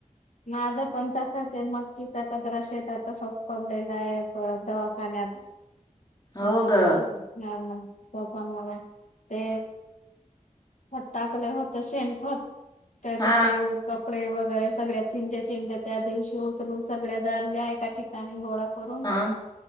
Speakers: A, on the left; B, on the left.
A: माझ पण तसाच आहे मग ती द्रश येत आता सफकनलेला आहे दवाखानेता
B: हो
A: ला
B: ग
A: प्पा मला ते फत टाकलं होत शेणफत त्याच
B: हा
A: ते कपडे वगैरे सगळ्या चिंज्या चिंज्या त्या दिवशी उचरून सगळ्या जाल्या आहे कािक गोळा करून
B: हा